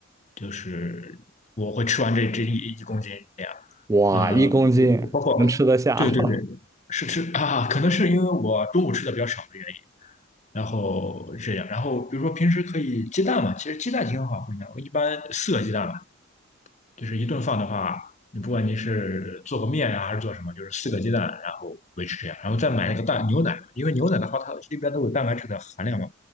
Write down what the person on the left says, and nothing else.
就是我会吃完这这一一公斤这样。
呃，
我包括，对对对，
是吃啊，可能是因为我中午吃的比较少的原因。然后这样，然后比如说平时可以鸡蛋嘛，其实鸡蛋挺好分的。我一般四个鸡蛋吧，就是一顿饭的话，你不管你是做个面啊还是做什么，就是四个鸡蛋，然后维持这样，然后再买那个蛋牛奶，因为牛奶的话它里边都有蛋白质的含量嘛，